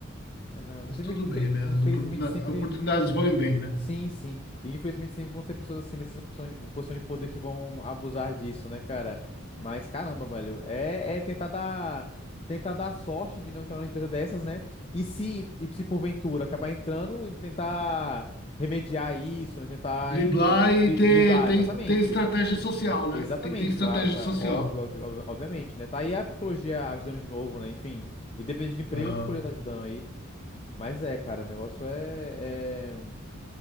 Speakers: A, on the left; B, on the left.
A: é, Não,
B: mas
A: sempre,
B: tudo
A: infel-
B: bem, né?
A: infelizmente,
B: As oportuna-
A: sempre.
B: oportunidades vão e vêm, né?
A: Sim, sim. E infelizmente sempre vão ter pessoas assim nessa posição posição de poder que vão abusar disso, né, cara? Mas caramba, velho, é, é tentar dar tentar dar sorte de não entrar numa empresa dessas, né? E se e se porventura acabar entrando, tentar remediar isso, né? Tentar,
B: Driblar
A: enfim, né, dri-
B: e ter,
A: driblar,
B: ter,
A: exatamente.
B: ter estratégia social, né?
A: Exatamente,
B: Tem que ter estratégia
A: claro, claro.
B: social.
A: Óbvio, óbvio, óbvio- obviamente, né? Tá aí a psicologia ajudando de novo, né? Enfim, independente do emprego,
B: Aham.
A: a psicologia tá ajudando aí. Mas é, cara, o negócio é, é